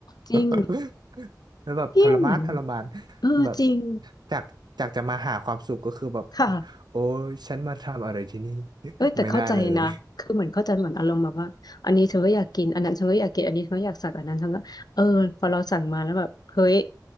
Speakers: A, on the left; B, on the right.
A: จริง
B: <laughs> แล้วแบบทรมานทรมาน
A: พี่เหมือนเออจริง
B: แบบจากจากจะมาหาความสุขก็คือแบบ
A: ค่ะ
B: โอ้ยฉันมาทำอะไรที่นี่
A: เอ้ยแต่เข้าใจนะคือเหมือนเข้าใจเหมือนอารมณ์แบบว่าอันนี้เธอก็อยากกินอันนั้นเธอก็อยากกินอันนี้เธอก็อยากสั่งอันนั้นเธอก็เออพอเราสั่งมาแล้วแบบเฮ้ย
B: <laughs> ไม่ได้เลย